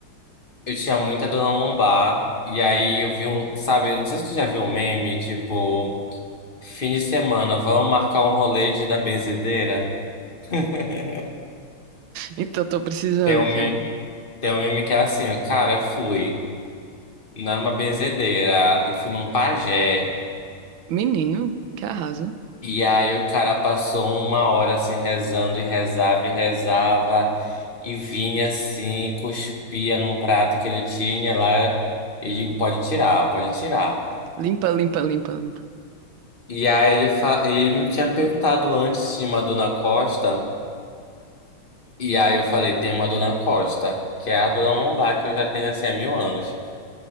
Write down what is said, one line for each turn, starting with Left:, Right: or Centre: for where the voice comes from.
Left: Eu tinha muita dor na lombar e aí eu vi um, sabe, não sei se tu já viu um meme, tipo, fim de semana, vamos marcar um rolê de ir na benzedeira? <laughs>
Right: Então, tô precisando,
Left: Tem um
Right: cara.
Left: meme, tem um meme que é assim, cara, eu fui, não era uma benzedeira, eu fui num pajé.
Right: Menino, que arraso.
Left: E aí o cara passou uma hora assim rezando e rezava e rezava e vinha assim, cuspia num prato que ele tinha lá. Eu digo, pode tirar, pode tirar.
Right: Limpa, limpa, limpa, limpa.
Left: E aí ele, fa- ele me tinha perguntado antes se tinha uma dona Costa. E aí eu falei, tem uma dona Costa, que é a dona Lombar, que eu já tenho assim há mil anos.